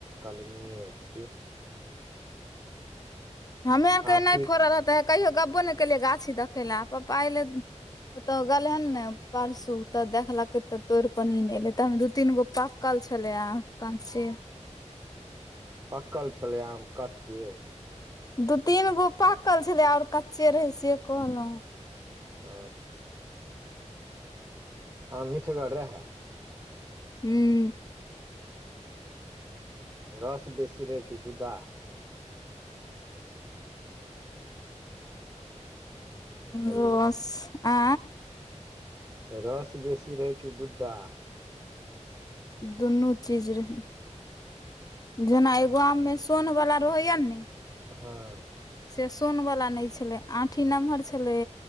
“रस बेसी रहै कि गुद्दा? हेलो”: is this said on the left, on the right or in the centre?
Right